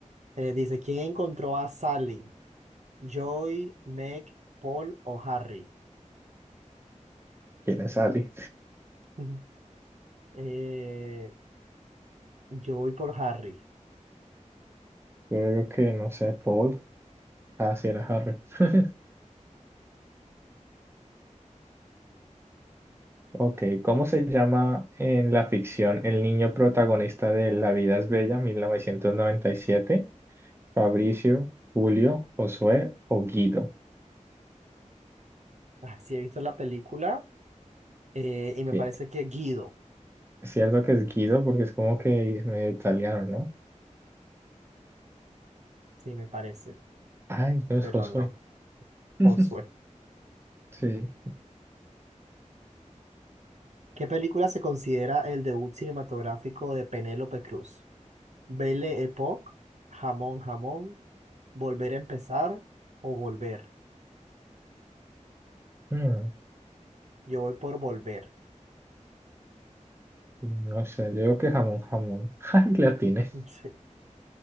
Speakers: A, on the right (about 65°); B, on the right (about 20°).
A: Eh, dice, ¿quién encontró a Sally? ¿Joy, Meg, Paul o Harry?
B: ¿quién es Ali?
A: Ujú. Eh, yo voy por Harry.
B: Yo digo que no sé, Paul. Ah, sí, era Harry. <laughs> Ok, ¿cómo se llama en la ficción el niño protagonista de La vida es bella, 1997? ¿Fabricio, Julio, Josué o Guido?
A: Ah, sí, he visto la película eh, y me
B: Sí,
A: parece que Guido.
B: es cierto que es Guido porque es como que medio italiano, ¿no?
A: Sí, me parece,
B: Ay, no es
A: pero
B: Josué.
A: no.
B: <laughs>
A: Josué.
B: Sí,
A: ¿Qué película se considera el debut cinematográfico de Penélope Cruz? Belle Époque, Jamón Jamón, Volver a empezar o Volver.
B: no.
A: Yo voy por Volver.
B: No sé, yo digo que jamón, jamón. <laughs> Ay, la tiene.
A: <laughs> Sí.